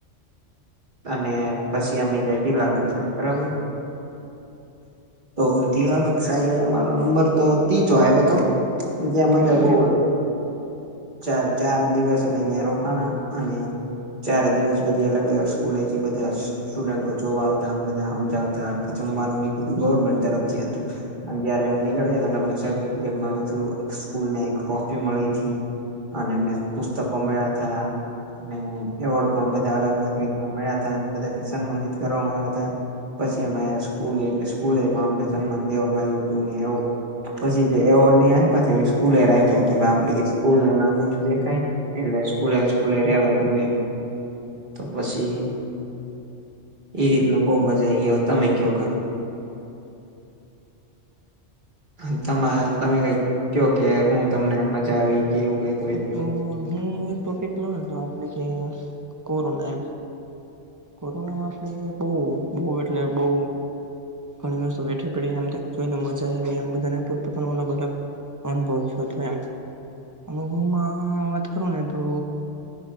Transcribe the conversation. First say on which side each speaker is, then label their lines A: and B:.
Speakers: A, on the right; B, on the right.
A: અને પછી અમે ગયા જિલ્લા કકસાએ બરાબર તો જિલ્લા કક્ષાએ અમારો નંબર તો તીજો આવ્યો હતો અને ત્યાં
B: ઓકે
A: મજા
B: ઓકે
A: બહુ આવી ચા ચાર દિવસ અમે અહિયાં રોકાણા અને ચારે દિવસ બધી અલગ અલગ સ્કૂલેથી બધા સ્ટુડન્ટો જોવા આવતા આમ બધા હમજાવતા જમવાનું ને બધું ગવર્મેન્ટ તરફથી હતું જયારે એમ નીકળીયા અમને સર્ટિફિકેટ મળું છું સ્કૂલને એક તિ મળીથી અને એમને પુસ્તકો મળ્યા થા અને એવોર્ડ પણ બધા અલગ અલગ રીતે મળ્યા હતા અને બધાથી સન્માનિત કરવામાં અયવા તા પછી એમાં સ્કૂલ એટલે સ્કૂલ એમાં અમને સન્માન દેવામાં આયવું હતું એવુ પછી જે એવોર્ડ ને આપ્યા તા સ્કૂલે રાખ્યા કે આપડી સ્કૂલ નું નામ ઓછું દેખાય એટલે સ્કૂલે સ્કૂલે રેવા જો એમ તો પછી એ રીતનું બો મજા આઈ ગયો તમે કયો કા તમા તમાર તમે કઈ કયો કે હું તમને મજા આવી કે એવું કઈ
B: તો હું એક ટોપિક લઉ હતો આપણે કે કોરોના એમ કોરોનામાં આપડે બઉ બઉ એટલે બઉ ઘણી વસ્તુ વઠી પડી એમ જોઈને મજા આવી એમ બધાને પોતપ પોતાનો અલ અલગ અનુભવ ઓછો હતો એમ અનુભવમાં વાત કરું ને તો